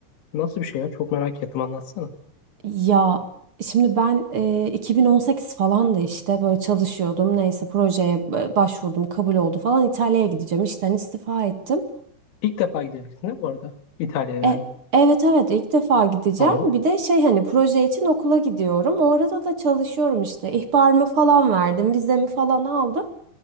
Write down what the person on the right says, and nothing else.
Ya şimdi ben e, 2018 falan da işte böyle çalışıyordum. Neyse projeye e, başvurdum, kabul oldu falan İtalya'ya gideceğim. İşten istifa ettim.
E, evet evet ilk defa gideceğim.
Bir de şey hani proje için okula gidiyorum. O arada da çalışıyorum işte. İhbarımı falan verdim, vizemi falan aldım.